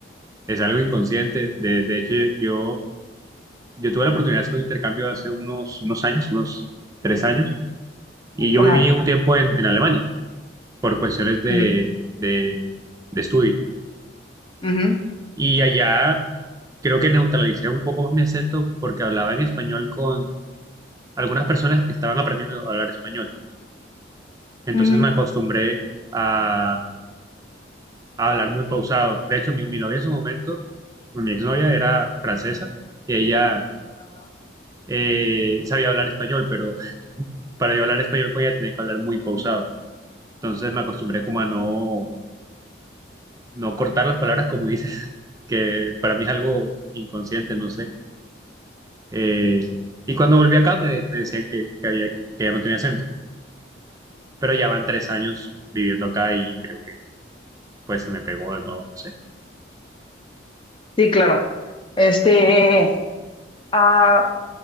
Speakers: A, on the right (about 20°); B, on the left (about 25°).
A: es algo inconsciente. De, de hecho, yo, yo tuve la oportunidad de hacer un intercambio hace unos, unos años, unos tres años. Y yo
B: Ajá.
A: viví un tiempo en, en Alemania por cuestiones de,
B: Ujú,
A: de, de estudio.
B: ujú,
A: Y allá creo que neutralicé un poco más mi acento porque hablaba en español con algunas personas que estaban aprendiendo a hablar español. Entonces
B: ujú.
A: me acostumbré a, a hablar muy pausado. De hecho, mi, mi novia en su momento, mi exnovia era francesa y ella
B: Ajá,
A: eh, sabía hablar español, pero <laughs> para yo hablar español con ella tenía que hablar muy pausado. Entonces me acostumbré como a no
B: sí,
A: no cortar las palabras como dices, <laughs> que para mí es algo inconsciente, no sé. Eh, y cuando
B: sí.
A: volví acá me, de- me decían que, que había, que ya no tenía acento, pero ya van tres años viviendo acá y creo que pues se me pegó de nuevo, no sé.
B: Sí, claro. Este, Ah,